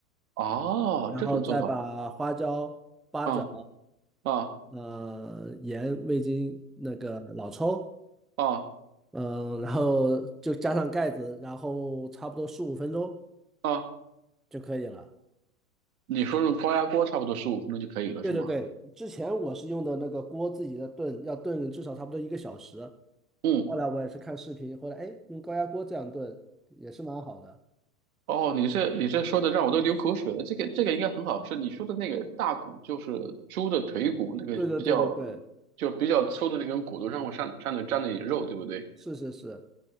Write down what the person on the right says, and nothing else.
哦，
这种做法
啊啊
啊
啊！
你说用高压锅差不多十五分钟就可以了，
是吗？
嗯，
哦，你这你这说的让我都流口水了。这个这个应该很好吃。你说的那个大骨就是猪的腿骨，那个比较
就比较粗的那根骨头让我上上面沾了一点肉，对不对？